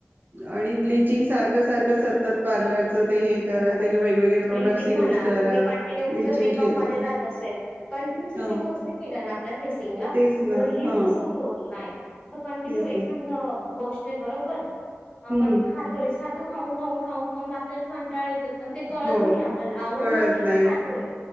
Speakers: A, on the right; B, on the left.
A: आणि ब्लिचिंग सारखं सारखं सतत पार्लरच ते हे करा
B: हो
A: ते करा वेगवेगळे
B: ब्लिचिंग
A: प्रॉडक्ट्स यूज
B: म्हणा
A: करा
B: तुम्ही
A: करा
B: कंटिन्यू
A: ब्लिचिंग
B: जर मेकअप
A: केलं
B: मध्ये
A: तर
B: राहत असेल कंटिन्यू जर
A: हा
B: मेकअप जरी केला ना आपल्या फेसिंगला
A: तेच
B: तरीही
A: ना हा
B: तो सूट होत नाही. कंटिन्यू
A: तेच
B: एखादं
A: ना
B: गोष्ट आहे बरोबर आपण
A: हम्म
B: खातोय सारखं खाऊन खाऊन खाऊन खाऊन आपल्याला कंटाळ येतोय पण ते कळत
A: हो
B: नाही आपल्याला आवड
A: कळत
B: म्हणून आपण
A: नाही
B: खातोय